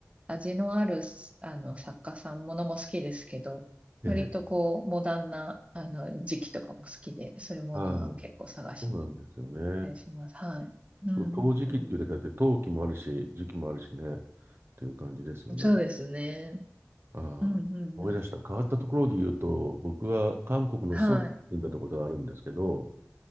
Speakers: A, on the right (about 25°); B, on the right (about 45°).
A: 味のある、あの、作家さんものも好きですけど、
B: ええ。
A: 割とこう、モダンな、あの、時期とかも好きで、そういうものは結構探しに
B: ああ、そうなんですよね。
A: 行ったりします。はい。うん
B: そう、陶磁器っていうだけあって、
A: うんうん。
B: 陶器もあるし、磁器もあるしね、っていう感じですよね。
A: そうですね。
B: ああ、
A: うんうんうん。
B: 思い出した。変わったところで言うと、僕は韓国のソウルに住んでたことがあるんですけど、
A: はい。